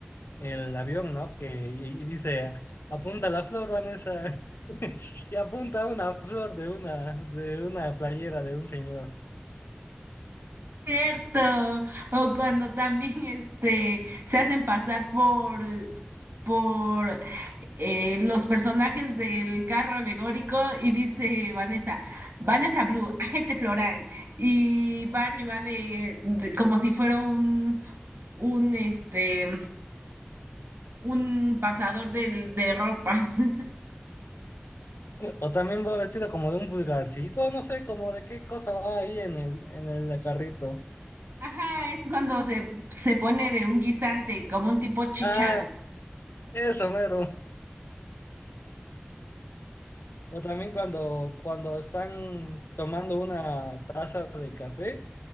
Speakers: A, on the left; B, on the right.
A: el avión, ¿no? Que, y, y dice, apunta la flor, Vanessa, <laughs> y apunta una flor de una, de una playera de un señor.
B: Cierto, o cuando también este se hacen pasar por por eh, los personajes del carro alegórico y dice Vanessa, Vanessa Blue, agente floral, y va arriba de, de- como si fuera un un este un pasador del- de ropa. <laughs>
A: O también va vestido como de un vulgarcito, no sé, como de qué cosa va ahí en el, en el carrito.
B: Ajá, es cuando se, se pone de un guisante, como un tipo chícharo.
A: Ah, eso, mero. O también cuando, cuando están tomando una taza de café